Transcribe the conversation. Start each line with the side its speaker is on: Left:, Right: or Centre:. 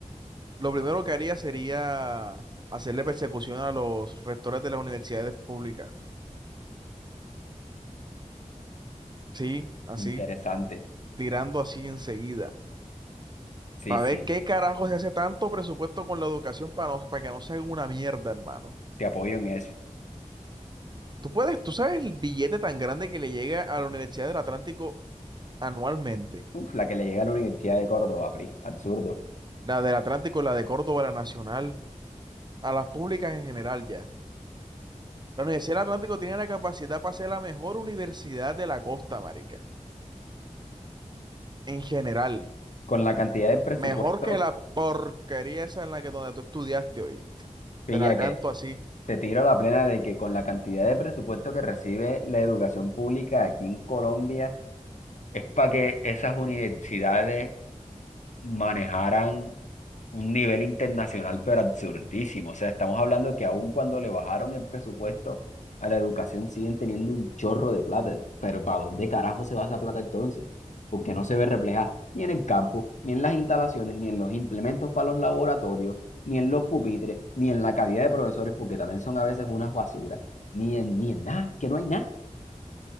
Right: lo primero que haría sería hacerle persecución a los rectores de las universidades públicas. Sí, así,
Left: Interesante.
Right: tirando así enseguida.
Left: Sí,
Right: Para
Left: sí,
Right: ver qué carajo se hace tanto presupuesto con la educación para, no- para que no sea una mierda, hermano.
Left: te apoyo en eso.
Right: Tú puedes, tú sabes el billete tan grande que le llega a la Universidad del Atlántico anualmente.
Left: Uf, la que le llega a la Universidad de Córdoba, PRI. Absurdo.
Right: La del Atlántico, la de Córdoba, la Nacional, a las públicas en general ya. La Universidad del Atlántico tiene la capacidad para ser la mejor universidad de la costa, marica. En general.
Left: Con la cantidad de presupuesto,
Right: Mejor que la porquería esa en la que donde tú estudiaste hoy.
Left: pilla
Right: Te la canto
Left: que
Right: así.
Left: te tiro la plena de que con la cantidad de presupuesto que recibe la educación pública aquí en Colombia, es para que esas universidades manejaran un nivel internacional, pero absurdísimo. O sea, estamos hablando que aun cuando le bajaron el presupuesto a la educación, siguen teniendo un chorro de plata. Pero ¿para dónde carajo se va esa plata entonces? Porque no se ve reflejada ni en el campo, ni en las instalaciones, ni en los implementos para los laboratorios, ni en los pupitres, ni en la calidad de profesores, porque también son a veces unas basuras, ni en, ni en nada, que no hay nada.